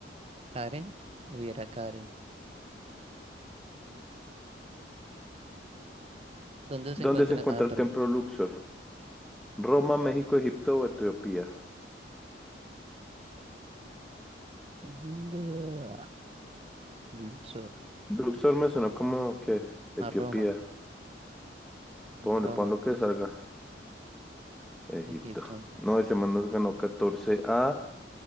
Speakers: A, on the right; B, in the centre.
A: ¿Karen? Hubiera Karen. ¿Dónde
B: ¿Dónde
A: se encuentra?
B: se encuentra
A: Ah,
B: el
A: perdón.
B: templo Luxor? ¿Roma, México, Egipto o Etiopía?
A: <laughs> Luxor.
B: Luxor me sonó como que Etiopía.
A: A Roma.
B: Pon,
A: Roma.
B: pon lo que salga. Egipto.
A: Egipto.
B: No, ese man nos ganó catorce a